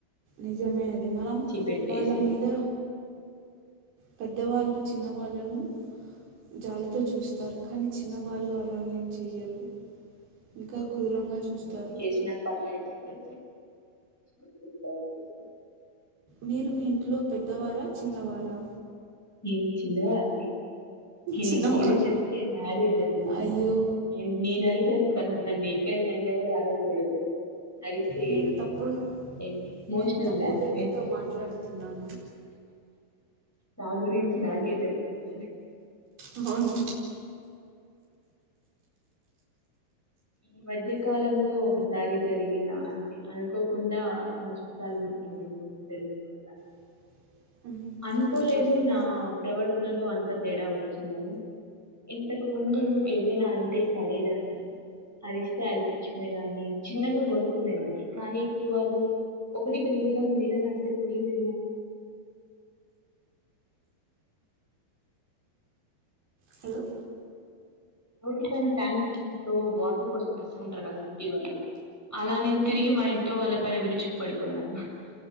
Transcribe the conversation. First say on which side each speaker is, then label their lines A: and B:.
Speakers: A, on the right; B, in the centre.
A: నిజమే అది మనం
B: పెట్టేసి.
A: వాళ్ళ మీద పెద్దవాళ్ళు చిన్నవాళ్ళను జాలితో చూస్తారు కానీ చిన్నవాళ్ళు అలాగేం చెయ్యరు ఇంకా క్రూరంగా చూస్తారు
B: ం చేసినా పర్లేదండి <unintelligible>
A: మీరు మీ ఇంట్లో పెద్దవారా చిన్నవారా
B: నేను చిన్నవాల
A: చిన్నవారు
B: న ఇది చెప్తే అడే జరుగుతుంది
A: అయ్యో
B: నేను అరి చేేస్తానుందనీ ఇక్కడ నన్న ఎవరు అరవకూడదు అరిస్తే
A: నేను
B: ఏడ్చేస్తా
A: తప్పుడు
B: ఏ ఇమోషనల్
A: నేను తప్పు
B: బ్లక్మెయిల్
A: వ్యక్తితో మాట్లాడుతున్నాను
B: నా గురించి నాకే చెప్తున్నారు
A: అవును
B: ఈ మధ్య కాలంలో ఒకసారి జరిగిన అంతే అనుకోకుండా మా చిుట్టాలు తె <unintelligible>
A: <unintelligible>
B: అనుకోలేదు
A: చెప్పండి
B: నా ప్రవర్తనలో అంత తేడా వచ్చిందని ఇంతకు ముందుే నకు ఏదైనా అంటే పడేదాన్ని అరిస్తే అరిపించుకునేదాన్ని అ చిన్నగా గొరుక్కునేదాన్ని కానీ ఇప్పుడు వాళ్ళు ఒకటికి రెడు సార్న్నాదానే అంట తెరిినను
A: హలో
B: ఇ రటి పైన ్యాంక్ వాచర్ కోసం తెసుకుంటారు కదా వాళ్ళు అలా నేను తిరిగి మా ఇంట్లో వాళ్ళపైన విరుచికు పడిపోయాను